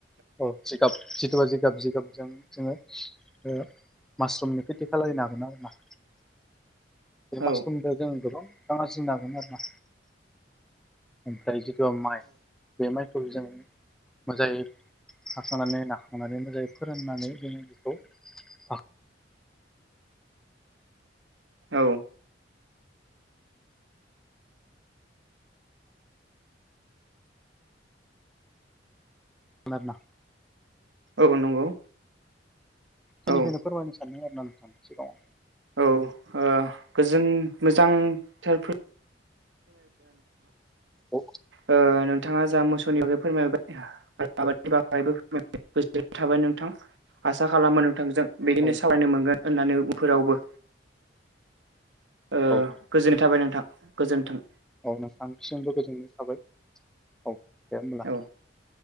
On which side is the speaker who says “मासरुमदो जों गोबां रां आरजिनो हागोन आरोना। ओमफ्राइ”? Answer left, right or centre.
Centre